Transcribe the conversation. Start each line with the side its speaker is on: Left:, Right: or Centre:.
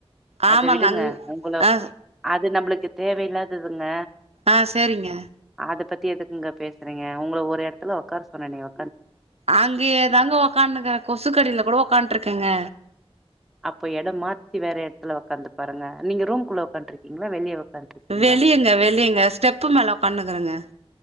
Right: ஆமாங்க
Centre: அத விடுங்க
Right: அங்
Centre: உங்குள அத்
Right: ஆ
Centre: அது நம்மளுக்கு தேவையில்லாததுங்க
Right: ஆ சேரிங்க
Centre: அத பத்தி எதுக்குங்க பேசுறீங்க உங்ளோ ஒரு எடத்துல உக்காரு சொன்ன நீங்கோ
Right: அங்கியே தாங்க ஒக்கானுங்கர கொசு கடில கூடோ உக்காண்ட்ருக்கங்க
Centre: அப்போ எடோ மாத்தி வேற எடத்துல உக்காந்து பாருங்க நீங்க ரூம் குள்ள உக்கான்ட்ருக்கீங்களா வெளிய ஒக்காந்ட்ருக்கீங்களா
Right: வெளியங்க வெளியங்க ஸ்டெப்பு மேல உக்காந்துகறங்க